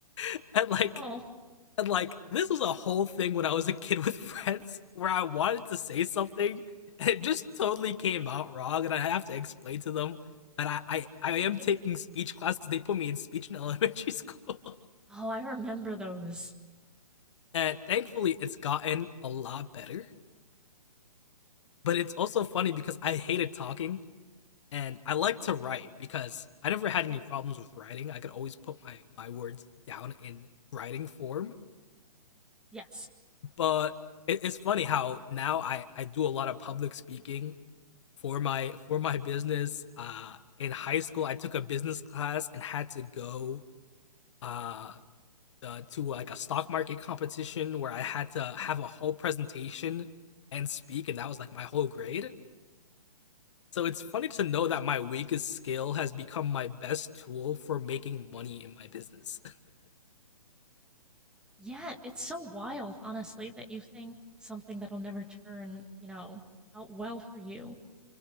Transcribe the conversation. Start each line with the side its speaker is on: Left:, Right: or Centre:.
Left: <laughs> and like,
Centre: Oh.
Left: and like, this was a whole thing when I was a kid with <laughs> friends where I wanted to say something, and it just totally came out wrong, and I have to explain to them. that I, I, I am
Centre: <laughs>
Left: taking speech class because they put me in speech in elementary school. <laughs>
Centre: Oh, I remember those.
Left: And thankfully, it's gotten a lot better. But it's also funny because I hated talking and I like to write because I never had any problems with writing. I could always put my, my words down in writing form.
Centre: Yes.
Left: But it, it's funny how now I, I do a lot of public speaking for my for my business. Uh, in high school, I took a business class and had to go uh, uh, to like a stock market competition where I had to have a whole presentation and speak, and that was like my whole grade. So it's funny to know that my weakest skill has become my best tool for making money in my business.
Centre: Yeah, it's so wild, honestly, that you think something that'll never turn, you know, out well for you